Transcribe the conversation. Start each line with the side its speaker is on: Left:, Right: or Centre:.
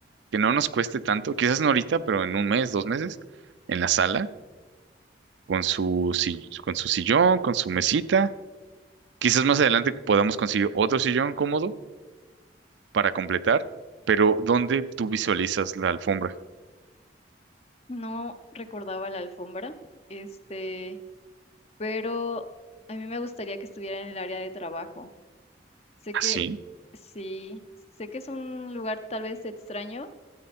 Right: que no nos cueste tanto, quizás no ahorita, pero en un mes, dos meses, en la sala, con su, si- con su sillón, con su mesita. Quizás más adelante podamos conseguir otro sillón cómodo para completar, pero ¿dónde tú visualizas la alfombra?
Left: No recordaba la alfombra, este, pero a mí me gustaría que estuviera en el área de trabajo. Sé
Right: Así,
Left: que sí, sé que es un lugar tal vez extraño,